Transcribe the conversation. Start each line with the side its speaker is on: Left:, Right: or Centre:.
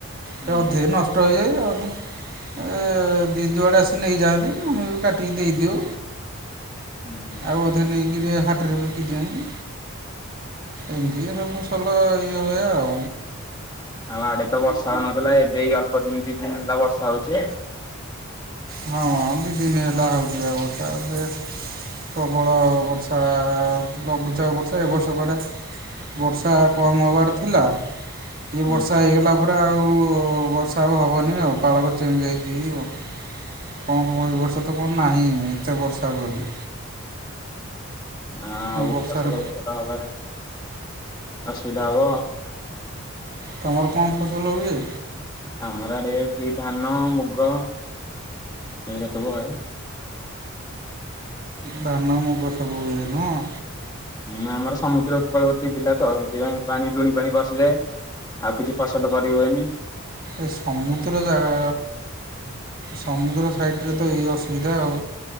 Left: ହୁଁ
Right: ସେ ଅଧେ ନଷ୍ଟ ହୋଇଯାଏ ଅ ଏଁ ଜି ଜୁଆଡ଼େ ଆସି ନେଇଯାଆନ୍ତି ଆମେ ବି କାଟିକି ଦେଇଦେଉ
Left: ହୁଁ
Right: ଆଉ ଅଧେ ନେଇକିରି ହାଟରେ ବିକି ଦିଅନ୍ତି। ଏମିତି ସବୁ ଫସଲ ଇଏ ହୁଏ ଆଉ।
Left: ଆଉ ଆଡେ ତ ବର୍ଷା ହୋଉନଥିଲା ଏବେ ଏଇ ଅଳ୍ପ ଦିନି ଦି ଦିନି ହେଲା ବର୍ଷା ହୋଉଚି।
Right: ହଁ ଦିଇ ଦିନି ହେଲା ହୋଉଚିବା ବର୍ଷା ସେ ପ୍ରବଳ ବର୍ଷା ଲଘୁଚାପ ବର୍ଷା ଏ ବର୍ଷ କୁଆଡେ ବର୍ଷା କମ ହବାର ଥିଲା ଇଏ
Left: ହୁଁ
Right: ବର୍ଷା ହେଇଗଲା ପରେ ରେ ଆଉ ବର୍ଷା ଆଉ ହବନି ଆଉ ପାଳକ ଚେଞ୍ଜ ହେଇଯିବ କଁ କହିବୁ ବର୍ଷା ତ କଣ ନାହିଁ ଏତେ ବର୍ଷା ଆଉ ଗଲେ।
Left: ଆଉ
Right: ନା ବର୍ଷାରେ
Left: ଫସଲ ଫସଲ ହବାରେ ଆସୁଧାବ ହବ।
Right: ତମର କଣ ଫସଲ ହୁଏ?
Left: ଆମର ଆଡେ ସେଇ ଧାନ ମୁଗ। ଏରା ସବୁ ହଏ।
Right: ଧାନ ମୁଗୁ ସବୁ ହୁଏ ନୁହଁ।
Left: ହୁଁ ଆମର ସମୁଦ୍ର ଉପକୂଳବର୍ତ୍ତୀ ଜିଲ୍ଲା ତ ସେଥିପାଇଁ ପାଣି ଲୁଣି ପାଣି ବର୍ଷୀଯାଏ ଆଉ କିଛି ଫସଲ କରିହୁଏନି।
Right: ଏ ସମୁଦ୍ର ଜାଗା ସମୁଦ୍ର ସାଇଟ୍ ରେ ତ ଏଇ ଅସ୍ ସୁବିଧା ଆଉ